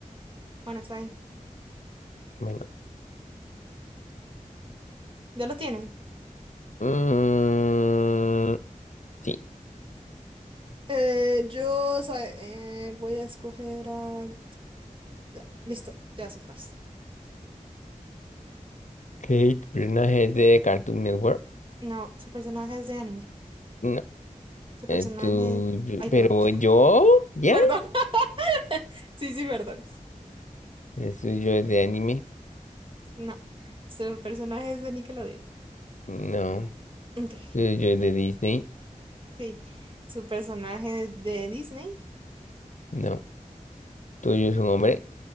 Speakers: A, on the right (about 40°); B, on the left (about 65°).
A: Bueno, está bien.
B: Bueno,
A: Ya lo tienen.
B: mm, sí.
A: Eh, yo soy- eh, voy a escoger a Ya, listo, ya sé cuál es.
B: ¿Qué personaje es de Cartoon Network?
A: No, su personaje es de anime.
B: No,
A: Su
B: eh,
A: personaje.
B: tú tuyo.
A: Ay,
B: Pero
A: perdón.
B: yo, ¿ya?
A: <laughs> Perdón. <laughs> Sí, sí, perdón.
B: es tuyo es de anime?
A: No, su personaje es de Nickelodeon.
B: No.
A: Ok,
B: ¿El suyo es de Disney?
A: sí. Su personaje es de Disney.
B: No. ¿Tuyo es un hombre?